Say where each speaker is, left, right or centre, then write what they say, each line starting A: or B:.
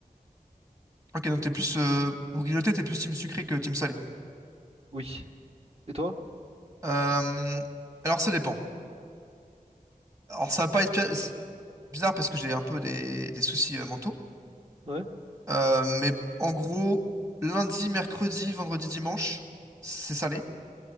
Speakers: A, on the right (about 20°); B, on the right (about 40°).
A: Ok, donc t'es plus. euh, pour grignoter, t'es plus team sucré que team salé.
B: Oui. Et toi?
A: Euh, alors, ça dépend. Alors, ça va pas être pi- bizarre parce que j'ai un peu des, des soucis euh, mentaux.
B: Ouais?
A: Euh, mais en gros, lundi, mercredi, vendredi, dimanche, c'est salé.